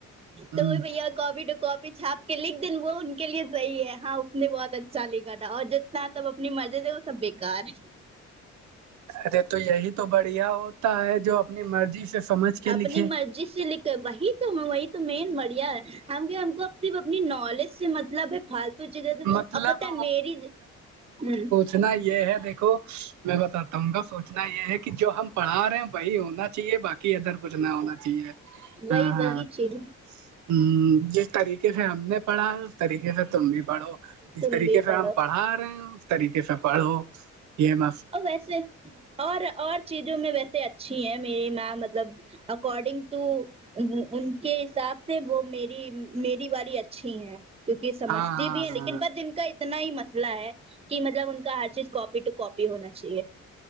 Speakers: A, on the right (about 70°); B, on the right (about 20°).
A: ہ
B: تو وہ بھیا کپی ٹو کپ پ چھاپ کے لکھ دن وہ ان کے لیے صحیح ہے ہاں اس نے بہت اچھا لکھا تھا اور ج نہ سب اپنی مرضی سے وہ سب بیکار ہے
A: ارے تو یہی تو بڑھیا ہوتا ہے جو اپنی مرضی سے سمجھ کے
B: اپنی
A: لکھے
B: مرضی سے لک وہی تو وہی تو مین بڑھیا ہے ہم ہم کو اب اپنی نالج سے مطلب ہے فالتو چیزیں تو
A: مطلب
B: اور پتہ ہے میری ہ
A: اتنا یہ ہے دیکھو میں بتاتا ہوں گا سوچنا یہ ہے کہ جو ہم پڑھا رہے ہیں وہی ہونا چاہیے باقی کہ ادھر کچھ نہ ہونا چاہیے
B: وہی
A: ہاں
B: وہی
A: ہاں ہوں
B: چیز
A: جس طریقے سے ہم نے پڑھا اس طریقے سے تم بھی پڑھو جس
B: تم
A: طریقے
B: بھی
A: سے
B: پڑھو
A: ہم پڑھ آر رہے ہو اس طریقہ سے پڑھو یہ م
B: اور ویسے اور اور چیزوں میں ویسے اچھی ہے میری ماں مطلب اکارڈنگ ٹو ان کے حساب سے وہ میری میری والی اچھی ہیں کیونکہ یہ سمجھتی
A: ہاں
B: بھی ہیں
A: ہاں
B: لیکن بس ان کا اتنا ہی مسئلہ ہے کہ مطلب ان کا ہر چیز کاپی ٹو کاپی ہونا چاہیے